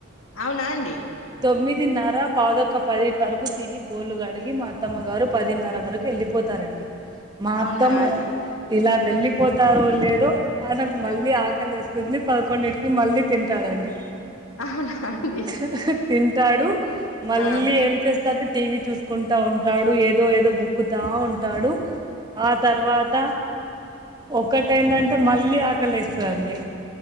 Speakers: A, on the left (about 75°); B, on the right (about 20°).
A: అవునా అండి
B: తొమ్మిదిన్నర పాదొక్క పదిటి వరకు తిని బోలు కడిగి మా అత్తమ్మ గారు పదిన్నర వరకు వెళ్ళిపోతారండి మాత్తమ్మా
A: అవునా అండి
B: ఇలా వెళ్ళిపోతారో లేదో ఆయనకు మళ్ళీ ఆకలి పొద్దున పదకొండింటికి మళ్ళీ తింటాడండి
A: అవునా అండి
B: హ్మ్ హు తింటాడు మళ్ళీ
A: ఆ
B: ఏం చేస్తారు టీవీ చూసుకుంటా ఉంటాడు ఏదో ఏదో బుక్ తీస్కో చదువుతా ఉంటాడు ఆ తర్వాత ఒక్కటి ఏందంటే మళ్ళీ ఆకలి వేస్తుందండి